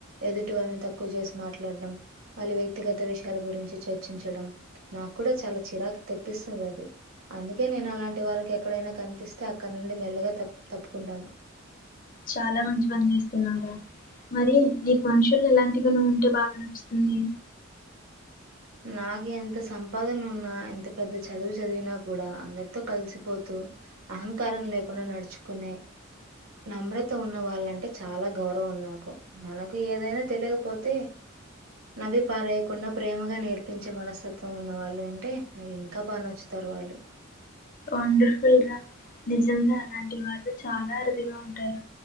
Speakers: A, on the right; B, on the left.
A: ఎదుటి వాళ్ళని తక్కువ చేసి మాట్లాడడం వాళ్ళ వ్యక్తిగత విషయాల గురించి చర్చించడం నాకు కూడా చాలా చిరాకు తెప్పిస్తుంది అది అందుకే నేను అలాంటి వాళ్ళకి ఎక్ ఏక్కడైనా కనిపిస్తే అక్కడ నుండి మెల్లగా తప్ తప్పుకుంటాను
B: చాలా మంచి పని చేస్తున్నావురు మరి నీకు మనుషులు ఎలాంటిగానో ఉంటే బాగా నచ్చుతుంది
A: నాకు ఎంత సంపాదన ఉన్నా ఎంత పెద్ద చదువు చదివినా కూడా అందరితో కలిసిపోతూ అహంకారం లేకుండా నడుచుకునే నమ్రత ఉన్న వాళ్ళంటే చాలా గౌరవం నాకు మనకు ఏదైనా తెలియకపోతే నవి పారేయ్యకుండా ప్రేమ గా నేర్పించే మనస్తత్వం ఉన్న వాళ్ళు అంటే నాకు ఇంకా బాగా నచ్చుతారు వాళ్ళు
B: వండర్ఫుల్ ర నిజంగా అలాంటి వాళు చాలా అరుదుగా ఉంటారు